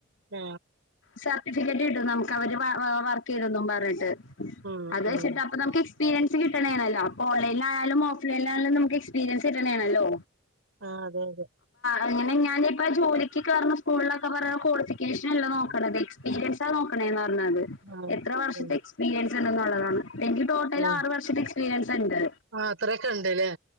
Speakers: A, on the right; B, on the left.
A: ആ
B: സർട്ടിഫിക്കറ്റ് കിട്ടും നമുക്കവരുവർക്ക് ചെയ്തെന്നും പറഞ്ഞിട്ട്.
A: ഉം
B: അതുവെച്ചിട്ടപ്പൊ
A: ഉം
B: നമുക്കിസ് എക്സ്പീരിയൻസ് കിട്ടണതാണല്ലോ, അപ്പോ ഓൺലൈനിലായാലും, ഓഫ്‌ലൈനിലായാലും നമുക്കെക്സ്പീരിയൻസ് കിട്ടണതാണല്ലോ
A: ആ.. അതെയതെ
B: അങ്ങനെഞാനിപ്പോ, ജോലിക്കു കേറുന്നസ്കൂളിലൊക്കെ പറയ ക്വാളിഫിക്കേഷനല്ല നോക്കണത്. എക്സ്പീരിയൻസാ നോക്കണതേന്ന്പറഞ്ഞ എന്നാല്
A: ആ
B: എത്ര വർഷത്തെയെക്സ്
A: ശരി
B: പീരിയൻസുണ്ടെന്നുള്ളതാണ്‌. എനിക്കു തോന്നുന്നത്
A: ഉം
B: ആറുവർഷത്തെ എക്സ്പീരിയൻസ് സുണ്ട്
A: ആ അത്രയൊക്കെ ഉണ്ടല്ലേ